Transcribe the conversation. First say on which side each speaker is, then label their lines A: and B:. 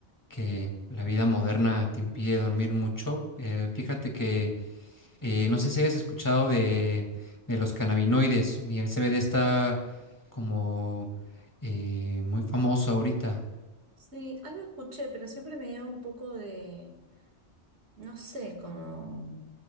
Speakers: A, on the left; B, on the right.
A: Que la vida moderna te impide dormir mucho. Eh, fíjate que eh, no sé si hayas escuchado de, de los cannabinoides y el CBD está como eh, muy famoso ahorita.
B: Sí, algo escuché, pero siempre me dio un poco de, no sé, como,